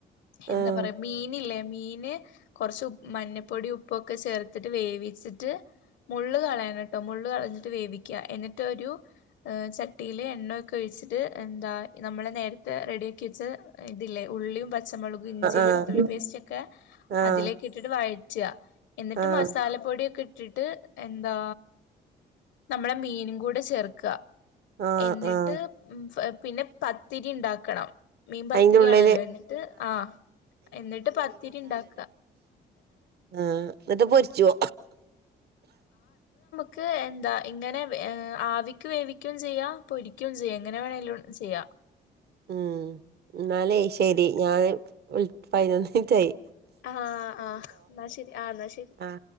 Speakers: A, on the left; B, on the right.
A: എന്താ
B: ആഹ്
A: പറയാ മീനില്ലേ മീന് കൊറച്ച് ഉപ്പ് മഞ്ഞപ്പൊടിയും ഉപ്പൊക്കെ ചേർത്തിട്ട് വേവിച്ചിട്ട് മുള്ള് കളയണം ട്ടോ മുള്ള് കളഞ്ഞിട്ട് വേവിക്കുക എന്നിട്ടൊരു ഏഹ് ചട്ടില് എണ്ണ ഒക്കെ ഒഴിച്ചിട്ട് എന്താ നമ്മള് നേരത്തെ റെഡിയ ആക്കി വെച്ച ഇതില്ലേ ഉള്ളിയും പച്ച ച്ചമോളകും ഇഞ്ചി
B: ആഹ്
A: വെള്ളുത്തുള്ളി പേസ്റ്റ് ഒക്കെ
B: ആഹ്
A: അതിലേക്ക് വഴറ്റ്ക എന്നിട്ട്
B: ആഹ് ആഹ്
A: മസാലപ്പൊടിയൊക്കെ ഇട്ടിട്ട് എന്താ നമ്മളെ മീനും കൂടെ ചേർക്കാ.
B: ആഹ്
A: എന്നിട്ട്
B: ആഹ്
A: ഫെബ് പിന്നെ പത്തിരി ണ്ടാക്കണം. മീൻ പത്തിരിയാണല്ലോ
B: അയിന്റെ ഉള്ളില്
A: എന്നിട്ട് ആഹ് എന്നിട്ട് പത്തിരി ഉണ്ടാക്കാ.
B: ആ എന്നിട്ട് പൊരിച്ചുവോ
A: ക്ക് എന്താ ഇങ്ങനെ ആവിക്ക് വേവിക്കുകയും ചെയ്യാ പൊരിക്കുകയും ചെയ്യ എങ്ങനെ വേണെലും ചെയ്യാ
B: ഉം എന്നാലേ ശരി
A: എന്നിട്ട്
B: ഞാന് പതിനൊന്ന് മിനിറ്റ് ആയി
A: ആഹ് ആഹ് ന്നാ ശെരി ആ എന്നാ ശെരി
B: ആ